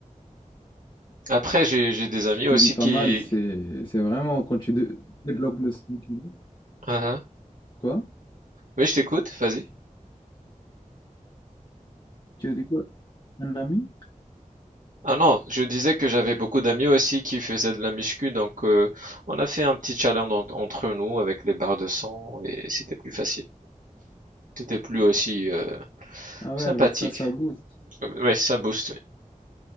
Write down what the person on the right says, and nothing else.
Après, j'ai j'ai des amis
aussi
qui...
Hein, hein.
Oui, je t'écoute, vas-y.
Ah non, je disais que j'avais beaucoup d'amis aussi qui faisaient de la muscu, donc euh, on a fait un petit challenge en- entre nous avec les barres de sang et c'était plus facile. C'était plus aussi euh,
sympathique.
Euh, Ouais, ça booste. ouais.